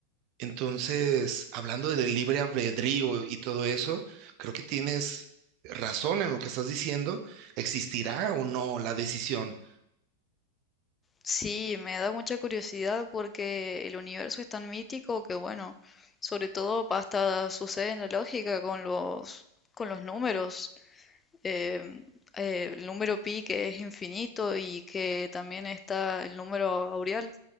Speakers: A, on the right (about 40°); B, on the left (about 20°).
A: Entonces, hablando del libre albedrío y todo eso, creo que tienes razón en lo que estás diciendo. ¿Existirá o no la decisión?
B: Sí, me da mucha curiosidad porque el universo es tan mítico que bueno, sobre todo hasta sucede en la lógica con los con los números. eh, eh, el número pi que es infinito y que también está el número aureal,